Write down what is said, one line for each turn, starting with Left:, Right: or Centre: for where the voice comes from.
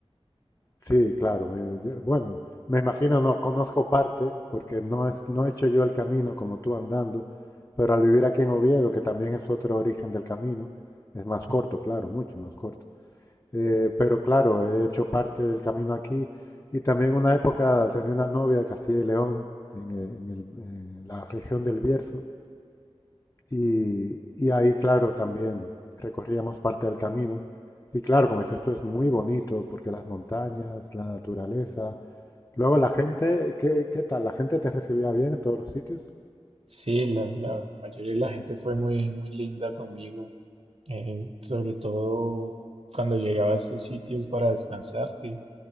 Left: Sí, claro. me- yo- bueno, me imagino, no, conozco parte, porque no, es, no he hecho yo el camino como tú andando, pero al vivir aquí en Oviedo, que también es otro origen del camino, es más corto,
Right: Ujú.
Left: claro, mucho más corto. Eh, pero claro, he hecho parte del camino aquí y también una época tenía una novia de Castilla y León, en, el- en el- en la región del Bierzo, y, y ahí, claro, también recorríamos parte del camino. Y claro, como dices, esto es muy bonito porque las montañas, la naturaleza, Luego la gente, ¿qué, qué tal? ¿La gente te recibía bien en todos los sitios?
Right: Sí, la, la- la mayoría de la gente fue muy, muy linda conmigo, eh, sobre todo cuando llegaba a estos sitios para descansar, que